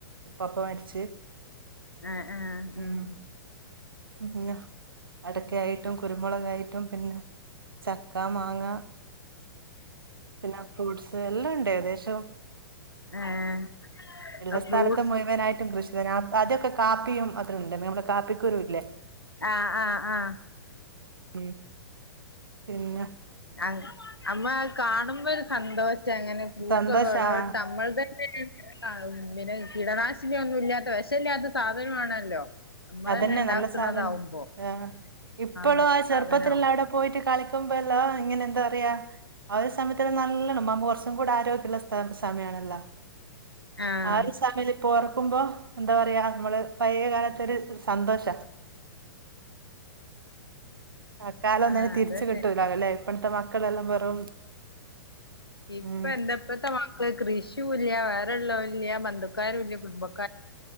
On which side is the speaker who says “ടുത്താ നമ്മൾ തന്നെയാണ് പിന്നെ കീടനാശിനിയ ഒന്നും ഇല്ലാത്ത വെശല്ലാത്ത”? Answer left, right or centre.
Left